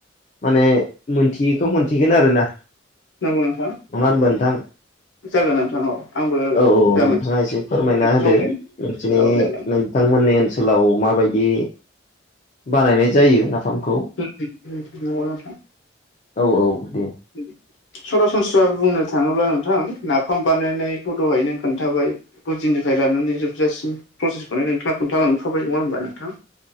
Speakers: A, on the left; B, on the left.
A: माने मोनथियैखौ मोनथिगोन आरोना
B: नंगौ नोंथां
A: नङा होनबा नोंथां
B: जागोन नोंथां औ आंबो
A: औ औ
B: जा
A: नोंथाङा
B: मोनसे
A: एसे फोरमायना होदो
B: सावरायनो
A: नोंसोरनि
B: औ जागोन
A: बिथांमोननि ओनसोलाव माबायदि बानायनाय जायो नाफामखौ
B: <unintelligible>
A: औ औ दे
B: दे सरासनस्रा बुंनो थाङोब्ला नोंथां नाफाम बानायनायखौ दहाय नों खोन्थाबाय गुदिननिफ्राय लानानै जोबजासिम प्रसेसखौनो नोंथाङा खोन्थालांखाबाय नङा होनोमबा नोंथां